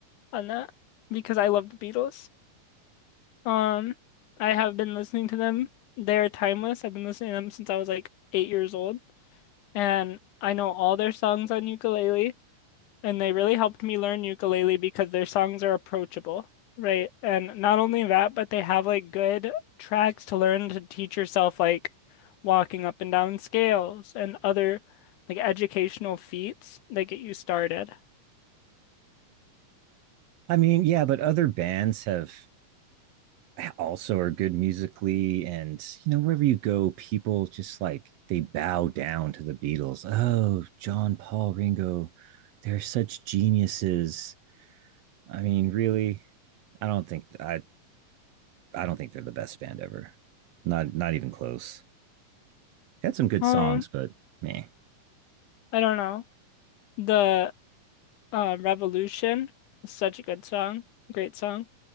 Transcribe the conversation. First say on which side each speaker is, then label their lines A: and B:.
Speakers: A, on the left; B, on the right.
A: on that because I love the Beatles. Um, I have been listening to them. They're timeless. I've been listening to them since I was like eight years old, and I know all their songs on ukulele. And they really helped me learn ukulele because their songs are approachable, right? And not only that, but they have like good tracks to learn to teach yourself like walking up and down scales and other like educational feats that get you started.
B: I mean, yeah, but other bands have also are good musically, and you know, wherever you go, people just like they bow down to the Beatles. Oh, John, Paul, Ringo, they're such geniuses. I mean, really, I don't think I I don't think they're the best band ever. Not not even close. had some good
A: Um,
B: songs, but man,
A: I don't know. The uh, Revolution is such a good song, great song.